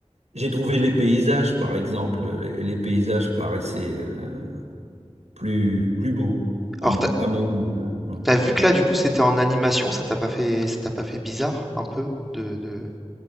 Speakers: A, on the right; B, in the centre.
A: J'ai trouvé les paysages, par exemple, et les paysages paraissaient euh, plus plus beaux
B: Alors
A: à mon,
B: t'as as
A: à mon goût. hein. hein.
B: vu que là du coup c'était en animation, ça t'a pas fait ça t'a pas fait bizarre un peu de de